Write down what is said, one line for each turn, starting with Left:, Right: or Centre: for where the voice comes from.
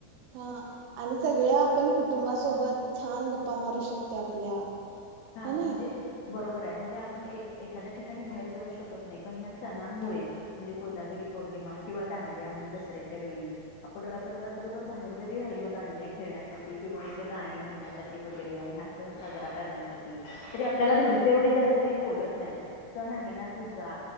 Right: हा आणि सगळ्या आपण कुटुंबासोबत छान गप्पा मारू शकतो आपल्या
Left: हा
Right: ह
Left: म्हणजे
Right: नाही
Left: बरोबर आहे म्हणजे आपण एखाद्या ठिकाणी बाहेर जाऊ शकत नाही पण ह्या सणांमुळे म्हणजे कोजागिरी पौर्णि किंवा दांड्या मण दसऱ्याच्या वेळी आपण रात्र रात्रभर बाहेर जरी राहिलो दांडि खे किंवा इथं गाणी म्हणण्यासाठी वगैरे आणि हा सण साजरा करण्यासाठी त आपल्याला घरचे एवढे जास्त का बत नाहीण आहे ना तुझा